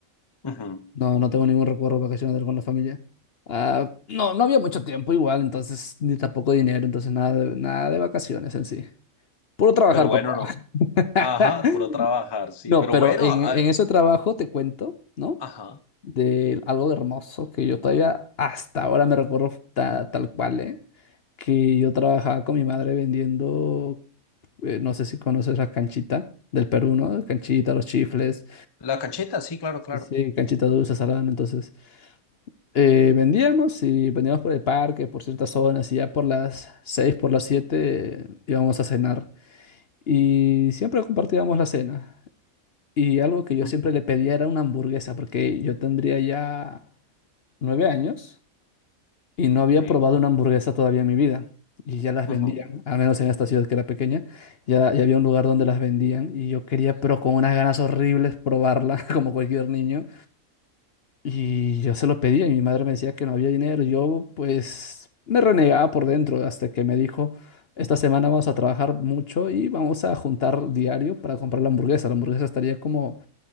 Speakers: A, on the left (about 25°); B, on the left (about 55°).
A: Ujú.
B: No, no tengo ningún recuerdo vacacional con la familia. Ah, no, no había mucho tiempo igual, entonces, ni tampoco dinero, entonces nada de, nada de vacaciones en sí. Puro trabajar,
A: Pero bueno,
B: papá.
A: no.
B: <laughs>
A: Ajá, puro trabajar, sí.
B: No,
A: Pero
B: pero
A: bueno,
B: en,
A: a-
B: en ese trabajo te cuento, ¿no?
A: ajá.
B: De algo de hermoso que yo todavía hasta ahora me recuerdo ta- tal cual, ¿eh? Que yo trabajaba con mi madre vendiendo, eh, no sé si conoces la canchita del Perú, ¿no? Canchita, los chifles,
A: La cancheta, sí, claro, claro.
B: sí, canchita dulce, salada. ¿no? Entonces, eh, vendíamos y vendíamos por el parque, por ciertas zonas y ya por las seis, por las siete íbamos a cenar. Y siempre compartíamos la cena. Y algo que yo
A: Ujú.
B: siempre le pedía era una hamburguesa, porque yo tendría ya nueve años y no había
A: Sí.
B: probado una hamburguesa todavía en mi vida. Y ya las vendían,
A: Ujú.
B: al menos en esta ciudad que era pequeña, ya, ya había un lugar donde las vendían y yo quería, pero con unas ganas horribles, probarla <laughs> como cualquier niño. Y yo se lo pedía y mi madre me decía que no había dinero. Yo pues me renegaba por dentro hasta que me dijo, esta semana vamos a trabajar mucho y vamos a juntar diario para comprar la hamburguesa. La hamburguesa estaría como